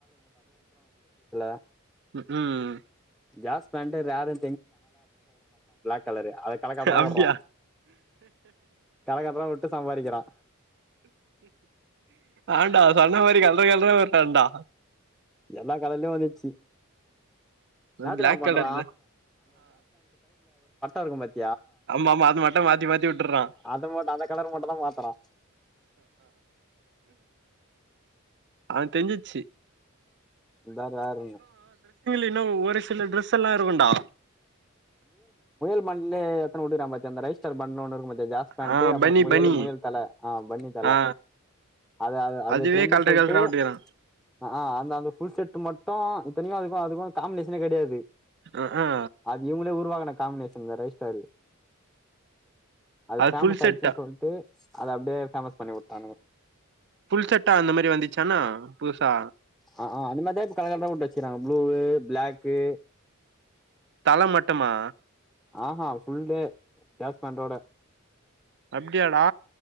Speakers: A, in the centre; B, on the right.
A: <unintelligible>
B: ம்
A: <unintelligible> பிளாக் கலரு அத களை கட்டுரா
B: அப்டியா
A: உடுறான் கள கட்டுரா உட்டு சம்பாறிக்கிறான்
B: ஆண்டா சொன்ன மாரி கலற கலற உறான்டா
A: எல்லா கலயிலயும் வந்துச்சு <unintelligible>
B: பிளாக்
A: பட்டா
B: கலர்ல
A: இருக்கும் பத்தி
B: ஆமாமா அது மட்டும் மாத்தி மாத்தி உட்டுற்றான்
A: அத மட்டு அந்த கலர் மட்டுந்தா மாத்தறா
B: ஆஹ் தெஞ்சிச்சு
A: இதான் ரேற்னு
B: இன்னும் ஒரு சில டிரரெஸ் எல்லாம் இருக்கும்ண்டா
A: மண்லே எத்த உட்டுக்கறா பாத்தியா அந்த ரைஸ் ஸ்டார் பன்னு ஒன்னு இருக்கு பாத் த ஜாஸ் பேண்ட்
B: ஆ
A: அப்புறோ
B: பனி
A: முயலு
B: பனி
A: முயலு தல ஆ ஃபன்னி தல
B: ஆ
A: அத அத அது
B: அதுவே
A: எடுத்துறண்டு
B: கல்ற
A: சொல்ட்டு
B: கல்ற ஓட்டிக்கிறா
A: அ அ அந்த அந்த ஃபுல் செட் மட் தோ இத்திக்கு அதுக்கு அதுக்கு காமினேஷனே கெடையாது
B: ஆ ஆ
A: அது இவங்களே உருவாகன காம்பினேஷன் இந்த ரைஸ்டாரு அது ஃபேமஸ்
B: ஃபுல் செட்டா
A: ஆயிடுச்சுன்னு சொல்ட்டு அத அப்பிடியே பேஃபேமஸ் பண்ணிவுட்டானுங்க
B: ஃபுல் செட்டா அந்த மாரி வந்துச்சானா புதுசா
A: ஆ அந்த மாரிதா கலகதாவுட்டு வச்சுறாங்க ப்ளூ பிளாக்கு
B: பழம் மட்டுமா
A: ஆ ஃபுல்லு டேஸ் பேண்டோட
B: அப்பிடியாடா